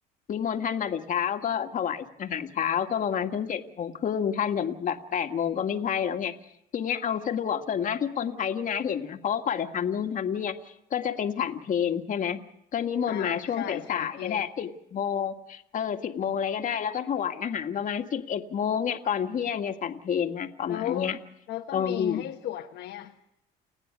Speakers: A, on the left (about 45°); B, on the left (about 70°).
A: นิมนต์ท่านมาแต่เช้าก็ถวายอาหารเช้าก็ประมาณช่วงเจ็ดโมงครึ่งท่านจะแบบแปดโมงก็ไม่ใช่แล้วไงทีเนี้ยเอาสะดวกส่วนมากที่คนไทยที่น้าเห็นนะเพราะว่ากว่าจะทำนู่นทำเนี่ยก็จะเป็นฉันเพลใช่ไหมก็นิมนต์มาช่วงสายๆก็ได้สิบโมง
B: อ่าใช่ฉันเพล
A: เออสิบโมงอะไรก็ได้แล้วก็ถวายอาหารประมาณสิบเอ็ดโมงเนี่ยก่อนเที่ยงเนี่ยฉันเพลนะประมาณเนี้ย
B: แล้วเราต้องมีให้สวดไหมอะ
A: ลองดู